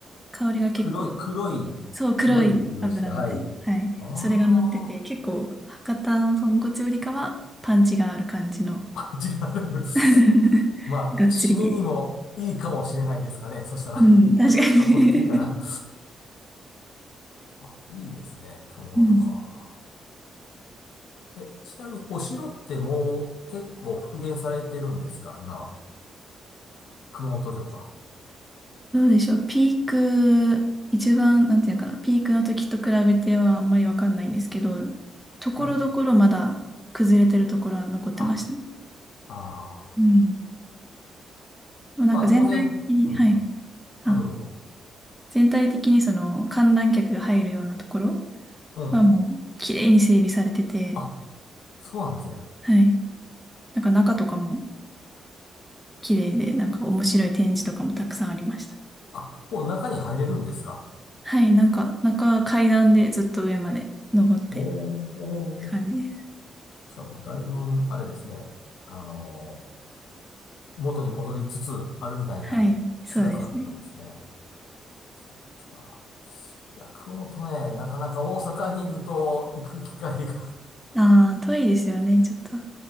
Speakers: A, in the centre; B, on the left (about 75°).
A: 香りが結構、
B: 黒い、黒い、
A: そう、黒い油みたいな。
B: 黒い色してる。はい。
A: はい。
B: あ
A: それが乗ってて、
B: あ、
A: 結構、博多の豚骨よりかは、パンチがある感じの
B: <laughs> パンチがある。
A: <laughs>
B: <laughs> まあ、
A: がっつり系。
B: 締めにもいいかもしれないですかね。そしたら、
A: うん、
B: <laughs>
A: 確かに
B: ちょっとこってりかな。あ、いいですね。熊本か。
A: うん。
B: え、ちなみにお城ってもう結構復元されてるんですか今は。熊本城か。
A: どうでしょう。ピーク、一番、なんていうかな、ピークの時と比べてはあんまりわかんないんですけど、ところどころまだ崩れてるところは残ってました。
B: はい。あ、あ
A: うん。でもなんか全体的に、
B: ーまあ当然、うん。
A: はい。
B: あ、
A: あ、
B: どうぞどうぞ。
A: 全体的にその観覧客が入るようなところ
B: うん。
A: はもう綺麗に整備されてて、
B: あ、そうなんですね。
A: はい。なんか中とかも綺麗で、なんか面白い展示とかもたくさんありました。
B: あ、もう中に入れるんですか
A: はい。なんか中階段でずっと上まで登ってっ
B: おーおー。
A: て感じです。
B: しかもだいぶ、あれですね。あのー元に戻りつつあるみたいな姿だったんですね。
A: はい。そうですね。
B: そうですか。いや、熊本ね、なかなか大阪にいると行く機会が
A: ああ、遠いですよね、ちょっと。あ